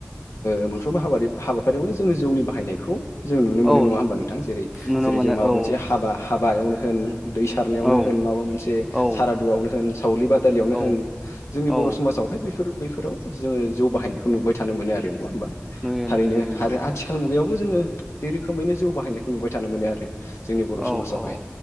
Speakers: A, on the left (about 75°); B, in the centre.
A: ओमोनफ्रोमबो हाबाफारियावनो जोंङो जौनि बाहायनायखौ जों नुनो मोनो
B: औ
A: नङा होमबा नोंथां जेरै
B: नुनो
A: जेरै
B: मोनो
A: जों माबा
B: औ
A: मोनसे हाबा हाबायावनो होन दै सारनायावनो
B: औ
A: होन माबा मोनसे
B: औ
A: सारादुआवनो होन सावरि बादालियावनो होन
B: औ
A: जोंनि बर
B: औ
A: समाजाव बहाय बेफोर बैफोराव जोंङो जौ बाहायनायखौ नुबाय थानो मोनो आरो नङा होमबा
B: नुयो
A: थारैनो
B: नुयो नुयो
A: आरो
B: नंगौ
A: आथिखाल मुगायावबो जोंङो बे रोखोमैनो जौ बाहायनायखौ नुबाय थानो मोनो आरो जोंनि बर
B: औ
A: समाजावहाय
B: औ